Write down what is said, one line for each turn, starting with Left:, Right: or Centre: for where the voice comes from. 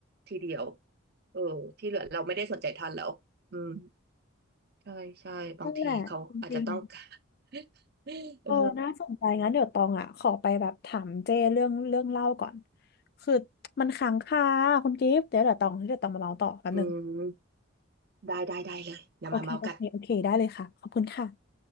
Right: ทีเดียวเออที่เหลือเราไม่ได้สนใจท่านแล้วอืมใช่ใช่บางทีเขาอาจจะต้อง
Left: นั่นแหละจริง
Right: <laughs> การ <laughs>
Left: ๆเออน่าสนใจงั้นเดี๋ยวตองอ่ะขอไปแบบถามเจ้เรื่องเรื่องเล่าก่อน
Right: เออ
Left: คือมันค้างคาคุณกิฟต์เดี๋ยวเดี๋ยวตองเดี๋ยวตองมาเล่าต่อแป๊บนึง
Right: อืมได้ได้ได้เลยอย่ามาเมากัน
Left: โอเคโอเคโอเคได้เลยค่ะขอบคุณค่ะ